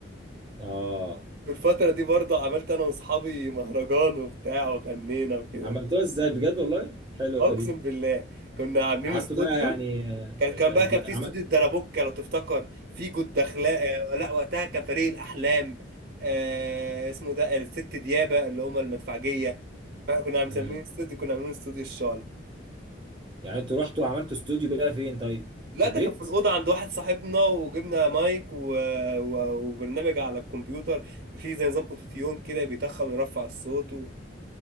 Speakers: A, on the right (about 20°); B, on the right (about 50°).
A: اه
B: في الفتره دي برده عملت انا واصحابي مهرجان وبتاع وغنينا وكده
A: عملتوها ازاي بجد والله حلوه
B: اقسم
A: دي
B: بالله كنا عاملين
A: قعدتوا
B: استوديو
A: بقى يعني آه،
B: كان كان بقى
A: ج-
B: كان في استوديو
A: عملت
B: الدرابوكه لو تفتكر في جود دخلاء آه، لا وقتها كان فريق الاحلام آه اسمه ده الست ديابه اللي هم المدفعجيه فاحنا كنا مسميين
A: امم
B: استوديو كنا عاملين استوديو الشعل
A: يعني انتوا رحتوا عملتوا استوديو بقى فين طيب
B: لا
A: في البيت
B: ده كان في الأوضة عند واحد صاحبنا وجبنا مايك و... و... وبرنامج على الكمبيوتر فيه زي نظام أوتوتيون كده بيتخن ويرفع الصوت و...